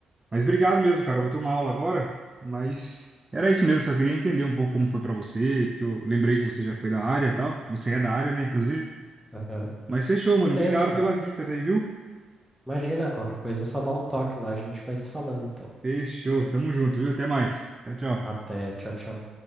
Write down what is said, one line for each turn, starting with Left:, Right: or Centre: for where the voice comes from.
Right: Mas obrigado mesmo, cara. eu Vou ter uma aula agora, mas era isso mesmo, só queria entender um pouco como foi pra você, porque eu lembrei que você já foi da área e tal, que você é da área, né, inclusive.
Centre: Aham.
Right: Mas fechou, mano.
Centre: Beleza,
Right: Obrigado
Centre: mano.
Right: pelas dicas aí, viu?
Centre: Imagina, qualquer coisa, é só dá um toque lá, a gente vai se falando, então.
Right: Fechou. Tamo junto, viu? Até mais. Tchau, tchau.
Centre: Até. Tchau, tchau.